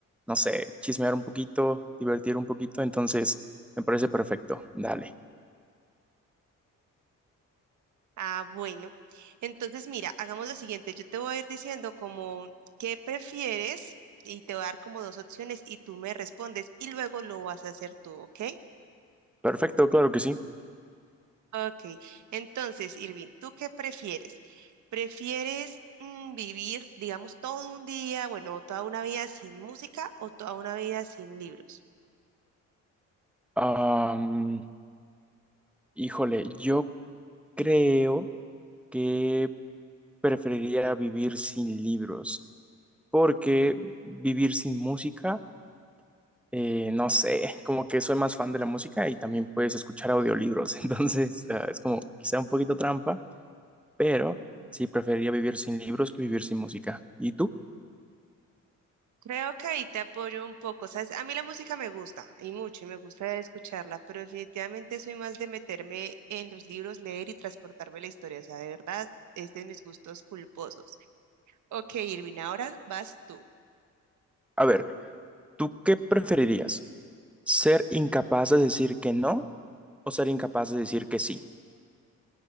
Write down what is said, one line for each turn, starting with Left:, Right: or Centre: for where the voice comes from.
Centre: no sé, chismear un poquito, divertir un poquito, entonces me parece perfecto. Dale.
Right: Ah, bueno. Entonces, mira, hagamos lo siguiente. Yo te voy a ir diciendo como qué prefieres y te voy a dar como dos opciones y tú me respondes y luego lo vas a hacer tú, ¿ok?
Centre: Perfecto, claro que sí.
Right: Ok, entonces, Irving, ¿tú qué prefieres? ¿Prefieres mm, vivir, digamos, todo un día, bueno, toda una vida sin música o toda una vida sin libros?
Centre: Am, híjole, yo creo que preferiría vivir sin libros, porque vivir sin música eh, no sé, como que soy más fan de la música y también puedes escuchar audiolibros, <laughs> entonces ah, es como quizá un poquito trampa, pero
Right: Ujú.
Centre: sí preferiría vivir sin libros que vivir sin música. ¿Y tú?
Right: Creo que ahí te apoyo un poco, ¿sabes? A mí la música me gusta y mucho y me gusta escucharla, pero definitivamente soy más de meterme en los libros, leer y transportarme la historia, o sea, de verdad es de mis gustos culposos. Ok, Irving, ahora vas tú.
Centre: A ver, ¿tú qué preferirías? ¿Ser incapaz de decir que no o ser incapaz de decir que sí?